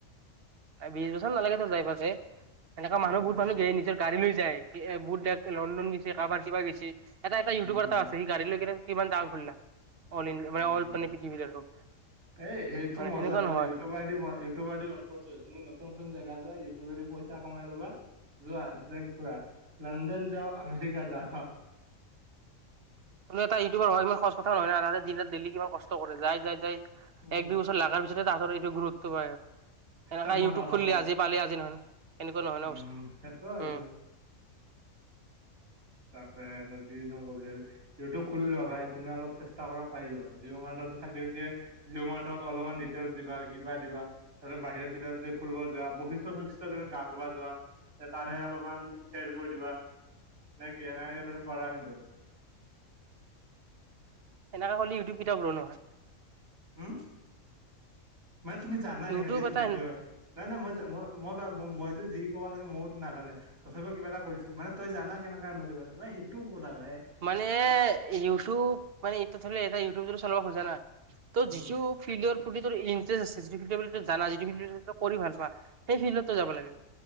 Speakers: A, on the right; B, on the right.
A: বিশ বছৰ নালাগে ত যাই পাৱাতে এনেকুৱা
B: উম
A: মানুহ বহুত মানুহ গা গাড়ী লৈ যায় বুট ডাক লণ্ডন গৈছে কাৰবাৰ কিবা গৈছি এটা এটা
B: উম
A: ইউটিউবাৰ
B: উম
A: এটা আছে সি গাড়ী লৈ কিমান জাগা ঘুৰিলা অল ইন্ডিয়া মানে
B: উম।
A: অল পৃথিৱীৰ আৰু
B: এই সেইটো
A: মানে
B: মজা
A: সেনেকুৱা
B: ন
A: নহয়।
B: ইউটিউবাৰ দি ইউটিউবাৰ নতুন নতুন জাগা যা ইউটিউবাৰে পইছা কমাই লবা যোৱা জেগা পুৰা লণ্ডন যা আমেৰিকা যা
A: কোনো এটা ইউটিউবাৰ হয় ইমান সহজ কথা নহয় না দিন ৰাত দেইলি কিমান কষ্ট কৰে যাই যাই যাই
B: উম,
A: এক দুই বছৰ লাগাৰ পিছত তাহাঁতৰ সেইটো গ্ৰথটো বাঢ়ে এনেকা
B: এ মই
A: ইউটিউব
B: এটা কথা
A: খুললি
B: কওঁ
A: আজি পালি আজি নহয় ন এনেকুৱা নহয়
B: উম
A: ন বস্তুটো
B: হম সেইটো আৰু
A: উম
B: তাতে নদী নো উ টিউব খুলি লোৱা ভাই তুমি অলপ চেষ্টা কৰা পাই যাবা জিঅ' মাৰ্টতে চাকৰিকে জিঅ' মাৰ্টক অলপমান ডিটেইলছ দিবা কিবা দিবা তাৰপিছত বাহিৰত কিবা যদি ফুৰিব যোৱা বৈশিষ্ঠ চৈশিষ্ঠ তুমি গা ধুব যোৱা তাৰে অলপমান টেষ্টবোৰ দিবা নে কি এনেকে তুমি পঢ়া কিন্তু
A: সেনেকা কৰিলে উ টিউব কেতিয়াও গ্ৰ নহয়
B: হম মানে তুমি জানা
A: ইউটিউব
B: কেনেকে উন্নতি
A: এটা
B: হয়, নাই নাই মই ম মই মইতো যি কোৱা লেকে ময়তো নাজানে তথাপি কিবা এটা কৰিছো মানে তই জানা কেনেকাে উন্নতি কৰে মানে সেইটো কৰা ভাই।
A: মানে ইউটিউব মানে এতিয়া ধৰি লও এয়া ইউটিউব য চলাব খোজা না ত'
B: উম
A: যিটো ফিল্ডৰ প্ৰতি যদি ইণ্টাৰেষ্ট আছে যিটো বুলি জানা যিটো কৰি ভাল পোৱা। সেই ফিল্ডতে যাব লাগে।